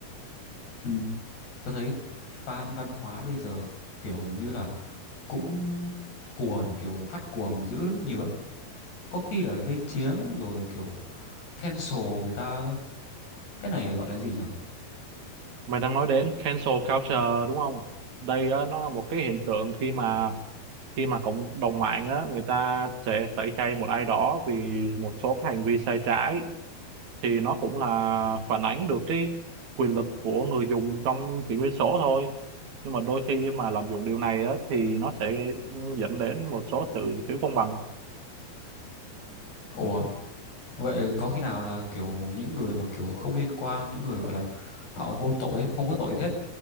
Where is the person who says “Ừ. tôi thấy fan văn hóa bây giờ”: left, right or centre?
Left